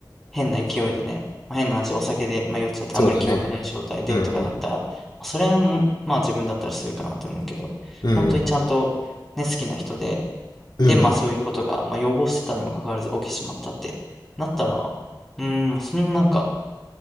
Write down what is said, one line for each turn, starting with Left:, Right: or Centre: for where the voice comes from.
Centre: 変な勢いでね、まあ変な話、お酒で、まあ、酔っちゃってあんまり記憶ない状態でとかだったら、
Left: そうだね。うんうん。
Centre: まあそれはもう、まあ自分だったらするかなと思うけど、
Left: うんうん。
Centre: 本当にちゃんうんとね、好きな人で、
Left: うんうん。
Centre: で、まあそういううこん。とが、まあ、予防してたにもかかわらず起きてしまったってなったら、うーん、そのなんか